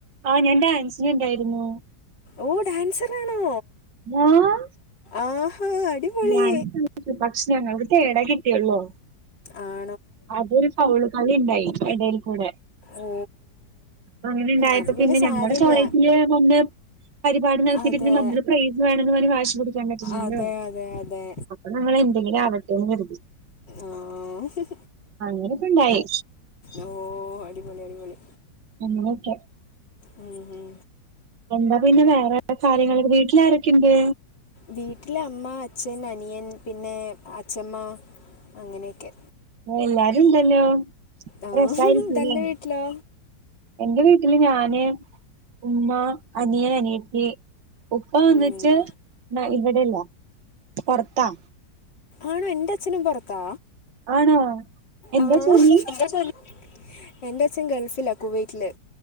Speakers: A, on the right (about 80°); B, on the left (about 75°).
A: ആഹ് ഞാൻ ഡാൻസിന് ഉണ്ടായിരുന്നു
B: ഓ ഡാൻസറാണോ,
A: ആഹ്
B: ആഹാ അടിപൊളി
A: ഡാൻസ് പക്ഷെ ഞങ്ങൾക്ക് തേടാ കിട്ടിയുള്ളൂ
B: ആഹ്
A: അത് ഒരു ഫൗള് കളി ഇണ്ടായി ഇടേൽ കൂടെ
B: ഓ
A: അങ്ങനെ ഉണ്ടായപ്പോ
B: അത്
A: പിന്നെ
B: സാരമില്ല
A: ഞങ്ങടെ കോളേജില് കൊണ്ട് പരിപാടി നടത്തിയിട്ട്
B: അതെ
A: പിന്നെ നമ്മള് പ്രൈസ് വേണെന്ന് പറഞ്ഞ് വാശി പിടിക്കാൻ പറ്റില്ലല്ലോ
B: അതെ അതെ അതെ
A: അപ്പൊ നമ്മൾ എന്തെങ്കിലും ആവട്ടേന്ന് കരുതി
B: ആഹ്
A: അങ്ങനെയൊക്കെ ഉണ്ടായി
B: ഓ അടിപൊളി, അടിപൊളി
A: അങ്ങനെയൊക്കെ
B: ഉം, ഉം
A: എന്താ പിന്നെ വേറെ കാര്യങ്ങള് വീട്ടിലാരൊക്കെയുണ്ട്
B: വീട്ടില് അമ്മ അച്ഛൻ അനിയൻ പിന്നെ അച്ഛമ്മ അങ്ങനെയൊക്കെ
A: എല്ലാരും ഉണ്ടല്ലോ
B: ആ
A: രസായിരിക്കുലെ
B: തൻ്റെ വീട്ടിലോ
A: എന്റെ വീട്ടില് ഞാന്, ഉമ്മ, അനിയൻ, അനിയത്തി ഉപ്പ വന്നിട്ട്
B: ഉം.
A: ന ഇവിടെയല്ല പൊറത്താ
B: ആണോ എന്റെ അച്ഛനും പൊറത്താ
A: ആണോ? എന്താ
B: ആഹ്,
A: ജോലി?
B: എന്താ ജോലി? എന്റെ അച്ഛൻ ഗൾഫിലാ കുവൈറ്റില്